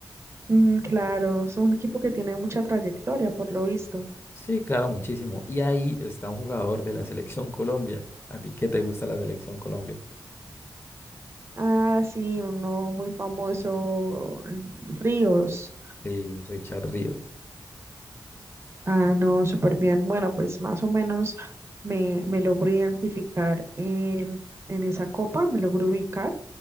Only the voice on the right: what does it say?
mm, claro, es un equipo que tiene mucha trayectoria, por lo visto.
Ah, sí, uno muy famoso, mm, Ríos.
Ah, no, súper bien. Bueno, pues más o menos me, me logro identificar em, en esa copa, me logro ubicar.